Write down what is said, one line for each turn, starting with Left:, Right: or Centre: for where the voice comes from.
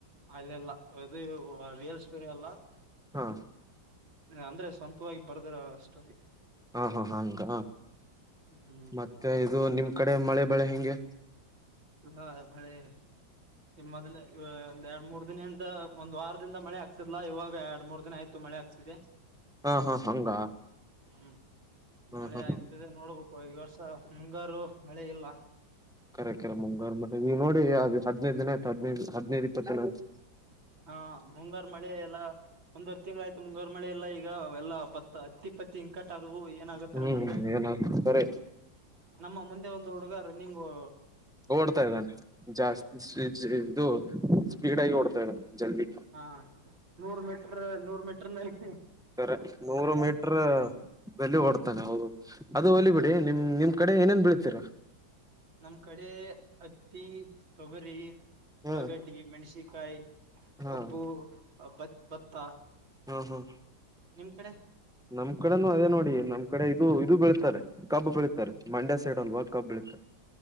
Right: ಅಲ್ಲೆಲ್ಲ ಇದು ರಿಯಲ್ ಸ್ಟೋರಿ ಎಲ್ಲ
Centre: ಹಾ
Right: ಅಂದ್ರೆ ಸ್ವಂತವಾಗಿ ಬರ್ದರ ಸ್ಟೋರಿ
Centre: ಹಾ ಹಾ ಹಂಗ
Right: ಹ್ಮ್
Centre: ಮತ್ತೆ ಇದು ನಿಮ ಕಡೆ ಮಳೆ ಬೆಳೆ ಹೆಂಗೆ
Right: ಇಲ್ಲ ಮಳೆ ನೀ ಮೊದ್ಲೆ ಒಂದ್ ಎರಡ್ ಮೂರ್ ದಿನದ ಒಂದ್ ವಾರ ದಿಂದ ಮಳೆ ಆಗ್ತಿಲ್ಲಿಲ್ಲ ಇವಾಗ ಎರಡು ಮೂರ್ ದಿನ ಆಯ್ತು ಮಳೆ ಆಗ್ತಿದೆ.
Centre: ಹಾ ಹಾ ಹಂಗ
Right: ಹ್ಮ್
Centre: ಹಾ
Right: ಮಳೆ
Centre: ಹಾ
Right: ಆಗ್ತದೆ ನೋಡ್ಬೋಕ್ ಓ ಈ ವರ್ಷ ಮುಂಗಾರು ಮಳೆ ಇಲ್ಲ.
Centre: ಕರೆ ಕರೆ ಮುಂಗಾರು ಮತ್ತೆ ನೀವು ನೋಡಿ ಅದು ಹದಿನೈದು ದಿನ ಆಯ್ತು ಹದಿನೈದು ಇಪ್ಪತ್ತು ದಿನ ಆಯ್ತು.
Right: ಹಾ ಮುಂಗಾರು ಮಳೆ ಎಲ್ಲಾ ಒಂದುವರೆ ತಿಂಗಳ ಆಯ್ತು ಮುಂಗಾರು ಮಳೆ ಇಲ್ಲ ಈಗ ಎಲ್ಲಾ ಬತ್ತ್ ಅತ್ತಿ ಪತ್ತಿ ಇಂಕಟ್ ಆದವು ಏನಾಗುತ್ತೇನೋ
Centre: ಹ್ಮ್
Right: ಮುಂದೆ
Centre: ಏನ ಕರೆ
Right: ನಮ್ಮ ಮುಂದೆ ಒಂದು ಹುಡುಗ ರನ್ನಿಂಗೂ..
Centre: ಓಡ್ತಾ ಇದ್ದಾನೆ ಜಾಸ್ತಿ ಸ್ಪಿ ಸ್ಪೀ ಇದು ಸ್ಪೀಡ್ ಆಗೆ ಓಡ್ತಾ ಇದ್ದಾನೆ. ಜಲ್ದಿ
Right: ಹಾ ನೂರ್ ಮೀಟರ್ ನೂರ್ ಮೀಟ್ರನಲ್ಲಿ,
Centre: ಕರೆ ನೂರು ಮೀಟರ್ ದಲ್ಲಿ ಓಡ್ತಾನೆ ಹೌ ಅದು ಹೋಗಲಿ ಬಿಡಿ ನಿಮ್ ನಿಮ್ ಕಡೆ ಏನೇನ್ ಬೆಳಿತೀರಾ...
Right: ನಮ್ ಕಡೆ ಹತ್ತಿ ತೊಗರಿ ಉಳ್ಳಾಗಡ್ಡಿ
Centre: ಹಾ
Right: ಮೆಣಸಿಕಾಯಿ...
Centre: ಹಾ
Right: ಕಬ್ಬು ಭ ಭತ್ತ
Centre: ಹ್ಮ್ ಹ್ಮ್
Right: ನಿಮ್ ಕಡೆ
Centre: ನಮ್ ಕಡೆನೂ ಅದೇ ನೋಡಿ. ನಮ್ ಕಡೆ ಇದು ಇದು ಬೆಳಿತ್ತಾರೆ ಕಬ್ಬ್ ಬೆಳೆಯುತ್ತಾರೆ, ಮಂಡ್ಯ ಸೈಡ್ ಅಲ್ವಾ ಕಬ್ಬ್ ಬೆಳಿತ್ತಾರೆ.